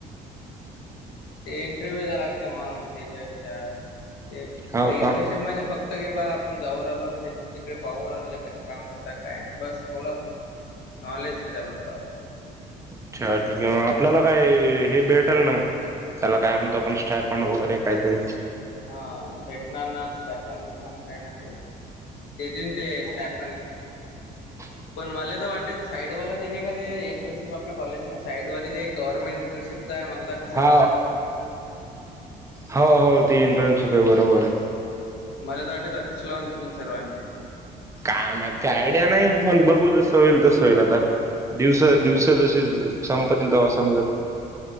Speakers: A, on the left (about 80°); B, on the right (about 15°).
A: ह <inaudible> ते इंटरव्ह्यू द्या लागते मग त्याच्या हच्यात ते
B: हो
A: प
B: का
A: इंटरनशिप म्हणजे फक्त बा आपण जाऊन आलो आणि तिकडे पाहून आलो ते कसे काम करत काय नाही बस थोडं. नॉलेज त्याच्याबद्दल.
B: अच्छा ठीक आहे मग आपल्याला काय हे भेटेल ना. त्याला काय म्हणतो आपण स्टायपेंड वगैरे काहीतरी.
A: हा भेटणार ना स्टायपेंड बिपेंड काही ना काही. देतील ते स्टायपेंड.
B: ह.
A: पण मले तर वाटत ते साईडवाला ते नाही का ते इंटर्नशिप आपल्या कॉलेज साईडवाली ते गव्हर्नमेंट इंटर्नशिप काय म्हणतात?
B: हा हो हो ती इंटर्नशिप आहे बरोबर आहे.
A: मलात आटेत अतिश लावन सर्वांचे.
B: काय माहित काय आयडिया नाही मण बघू जसं होईल तसं होईल आता दिवसा दिवस
A: हम्म.
B: जसे संपतील तेव्हा समजत